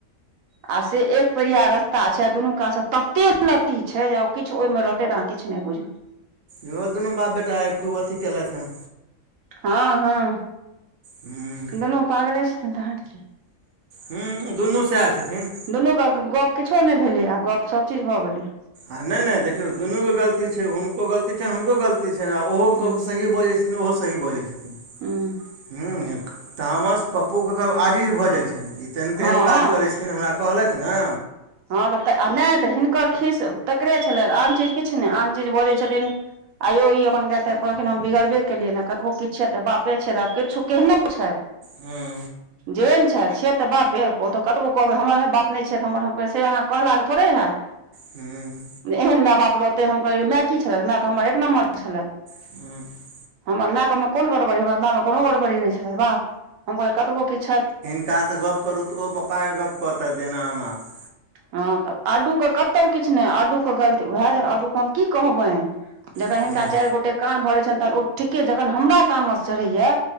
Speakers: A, on the right; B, on the right.
A: आ से एक पैरिया रस्ता ता छै आ दुनू कात से तते लती छै जे ओ किछु ओहिमे रहतै तऽ अहाँ किछु नहि बुझबै।
B: इहो दुनू बाप बेटा आइ खूब अथी केलथि हँ।
A: हँ हँ,
B: हूँ
A: दुनू पागले छथिन तखैन कि।
B: हूँ दुनू सएह छथिन।
A: दुनू काक गप किछो नैई भेलै, आ गप सभ चीज भऽ गेलै।
B: आ ने ने देखियौ दुनुके गलती छै, हुनको गलती छन हुनको गलती छैईन आ ओहो कहु
A: हूँ
B: सही बजै छै ओहो सही बजै छथिन
A: हूँ
B: हम्म तामस पप्पोके आधीज भऽ जाइ छन इ तेहन-तेहन
A: हँ
B: काज करै छथिन हमरा कहलथ न
A: ह नै तऽ नै तऽ हिनकर खीस तकरे छलन आन चीज किछ नै आन चीज बजै छथिन आइयो इ अपन गैर -तैर परलखिन हम बिगड़बे केलियै न कतबो किछु छैथ तऽ बापे छैथ त आब किछु केहनो छैथ।
B: हूँ
A: जेहेन छैथ छियैथ तऽ बापे ओ तऽ कतबो कहबै हमर बाप नहि छैथ हमर- - ते अहाके कहलासे थोड़े हैत।
B: हु- -
A: एहन माय बाप रहतै हम कहै माय की छल माय तऽ हमर एक नम्बर छलै।
B: हु <inaudible>
A: हमर मायकमे कोन गड़बड़ी हमर मायमे कोनो गड़बड़ी नै छल बा हम कहै कतबो किछ छैथ।
B: हिनकास गप्प करु तऽ ओ पप्पाके गप्प कहतैत एना- एना --
A: ह तऽ आडू के कतहु किछ नै आडू -- हुनको गलती उएह अडू हम की कहबनि जखन
B: हूँ
A: हिनका चारि गोटे- - कान भरै छनि तहन ओ ठीके जखन हमरा तामस चढ़ैया।